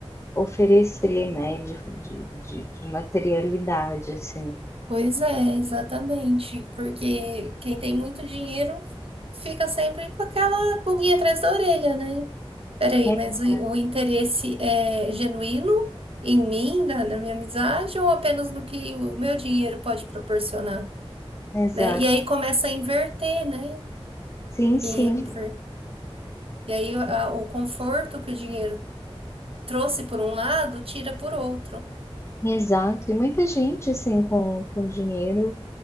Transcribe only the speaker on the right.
Pois é, exatamente. Porque quem tem muito dinheiro fica sempre com aquela pulguinha atrás da orelha, né? Peraí,
mas o, o interesse é genuíno em mim, na, na minha amizade, ou apenas no que o meu dinheiro pode proporcionar,
né? E aí começa a inverter, né?
Que, por- e aí a- o conforto que o dinheiro trouxe por um lado, tira por outro.